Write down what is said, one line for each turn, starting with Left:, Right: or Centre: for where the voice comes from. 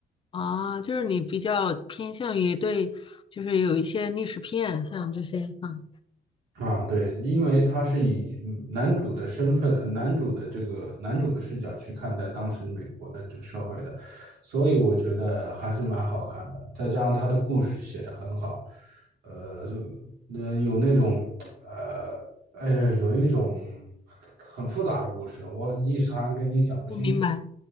Left: 啊，就是你比较偏向于对，就是有一些历史片，像这些啊，
Right: 啊，对，因为他是以嗯男主的身份、男主的这个男主的视角去看待当时美国的这个社会的，所以我觉得还是蛮好看的。再加上他的故事写得很好，呃，这个呃有那种呃，哎呀，有一种很复杂的故事，我一时还跟你讲不清楚。
Left: 我明白。